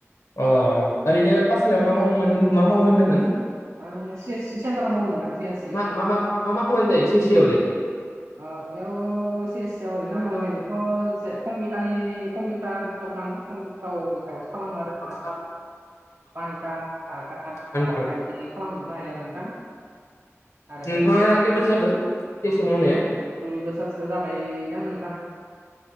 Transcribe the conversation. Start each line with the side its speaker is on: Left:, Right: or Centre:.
Left: अ' ओरैनो पाठसालायाव मा मावोमोन मा मावो होन्दोंमोन।
Right: आं सि ए सि सेन्थाराव मावो नोंथां सि ए सि
Left: मा मा मा मा खामानि जायो सि ए सि आवलाय
Right: ओ इयाव सि ए सि आव ओरैनो नरमेलिथ'
Left: अ
Right: जे कम्पिटारनि कम्पिउटार दखान कम <unintelligible> खालामो आरो नोंथां।
Left: <unintelligible>
Right: पान कार्ड, आधार कार्ड,
Left: आनफोर
Right: खालामजोबनो हायो आरो नोंथां। आरो
Left: नोंथाङा खै बोसोर जाखो सि ए सि आव मावनाया
Right: दुइ बोसोरसो जाबायदां नोंथां